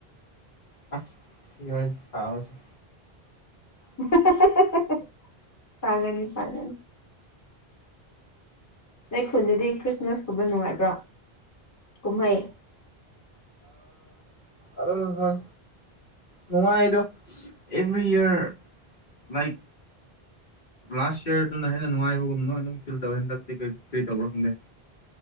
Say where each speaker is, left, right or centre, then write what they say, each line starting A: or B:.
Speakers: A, on the left; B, on the left.
A: ꯑ ꯁꯤ ꯁꯥꯥꯎꯁ
B: <unintelligible> ꯄꯥꯒꯅꯤ ꯄꯥꯒꯅꯤ ꯑꯩ ꯈꯨꯟꯗꯗꯤ ꯈ꯭ꯔꯤꯁꯃꯥꯁꯀꯨꯝꯕ ꯅꯨꯡꯉꯥꯏꯕ꯭ꯔꯣ ꯀꯨꯝꯍꯩ
A: ꯑꯗꯨꯝ ꯍꯣꯏ ꯅꯨꯡꯉꯥꯏꯗꯣ ꯑꯦꯚ꯭ꯔꯤ ꯏꯌꯥꯔ ꯂꯥꯏꯛ ꯂꯥꯁ ꯌꯌꯥꯔꯗꯨꯅ ꯍꯦꯟꯅ ꯅꯨꯡꯉꯥꯏꯕꯒꯨꯝꯅꯣ ꯑꯗꯨꯝ ꯐꯤꯜ ꯇꯧꯋꯦ ꯍꯦꯟ ꯇꯦ ꯀꯔꯤ ꯇꯧꯕ꯭ꯔꯣ ꯈꯪꯗꯦ